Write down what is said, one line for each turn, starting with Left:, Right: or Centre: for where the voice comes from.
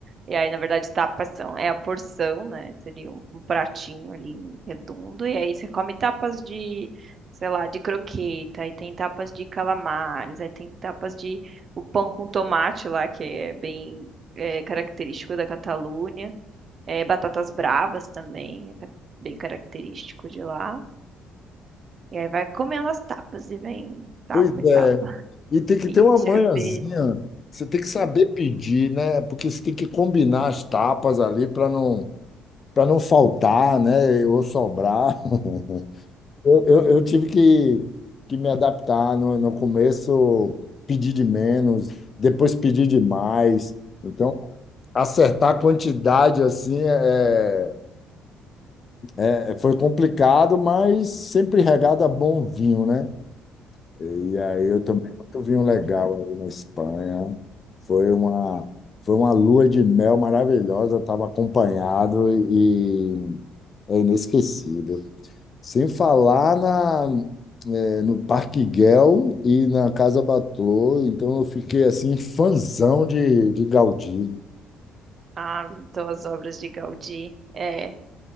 Right: E aí, na verdade, tapas são, é a porção, né? Seria um, um pratinho ali redondo. E aí você come tapas de, sei lá, de croqueta. Aí tem tapas de calamares. Aí tem tapas de o pão com tomate lá, que é bem é, característico da Catalunha. É, batatas bravas também, é ca- bem característico de lá. E aí vai comendo as tapas e vem tapa
Left: Pois
Right: e
Left: é,
Right: tapa.
Left: E tem que
Right: E
Left: ter uma
Right: cerveja.
Left: manhãzinha. Você tem que saber
Right: Hum,
Left: pedir, né? Porque você tem que combinar as tapas ali para não, para não faltar, né? Ou sobrar. <laughs> Eu, eu, eu tive que, que me adaptar. No, no começo, pedir de menos, depois pedir de mais. Então, acertar a quantidade assim é, é- é, foi complicado, mas sempre regado a bom vinho, né? E aí eu
Right: hum,
Left: tomei muito
Right: hum,
Left: vinho legal
Right: hum.
Left: aí na Espanha. Foi uma, foi uma lua de mel maravilhosa, estava acompanhado e é inesquecível. Sem falar na, eh, no Parque Güell e na Casa Batlló, então eu fiquei assim, fãzão de, de Gaudí.
Right: Ah, visitou as obras de Gaudí. é,